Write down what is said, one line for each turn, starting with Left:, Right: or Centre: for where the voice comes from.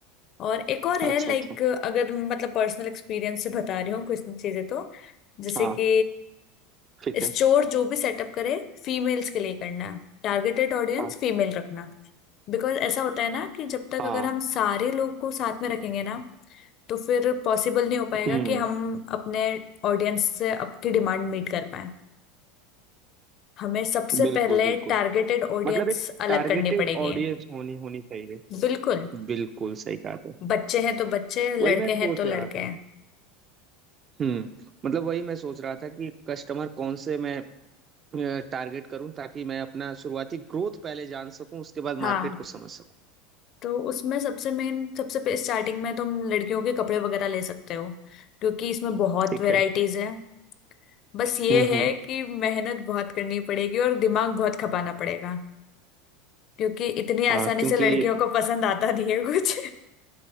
Left: और एक और
Right: अच्छा
Left: है
Right: अच्छा
Left: लाइक अगर मतलब पर्सनल एक्सपीरियंस से बता रही हूँ कुछ चीजें तो जैसे
Right: हाँ
Left: कि
Right: ठीक
Left: स्टोर
Right: है
Left: जो भी सेटअप करे फीमेल्स के लिए करना है टारगेटेड ऑडियंस
Right: हाँ
Left: फीमेल रखना बिकॉज ऐसा होता है ना कि जब तक
Right: हाँ
Left: अगर हम सारे लोग को साथ में रखेंगे ना तो फिर पॉसिबल नहीं हो पाएगा
Right: हम्म
Left: कि हम अपने ऑडियंस से आपकी डिमांड मीट कर पाए हमें सबसे
Right: बिल्कुल
Left: पहले
Right: बिल्कुल
Left: टारगेटेड ऑडियंस
Right: मतलब एक
Left: अलग
Right: टारगेटेड
Left: करनी पड़ेगी
Right: ऑडियंस होनी होनी चाहिए
Left: बिल्कुल
Right: बिल्कुल सही कहा
Left: बच्चे हैं तो बच्चे लड़के
Right: वही मैं सोच
Left: हैं तो लड़के
Right: रहा था
Left: हैं
Right: हम्म मतलब वही मैं सोच रहा था कि कस्टमर कौन से मैं टारगेट करूं ताकि मैं अपना शुरुआती ग्रोथ पहले जान सकूं उसके बाद
Left: हाँ
Right: मार्केट को समझ सकूं
Left: तो उसमें सबसे मेन सबसे स्टार्टिंग में तुम लड़कियों के कपड़े वगैरह ले सकते हो क्योंकि इसमें बहुत
Right: ठीक
Left: वेराइटीज
Right: है
Left: है बस ये
Right: हम्म हम्म
Left: है कि मेहनत बहुत करनी पड़ेगी और दिमाग बहुत खपाना पड़ेगा क्योंकि इतनी आसानी
Right: हाँ क्योंकि
Left: से लड़कियों को पसंद आता नहीं है कुछ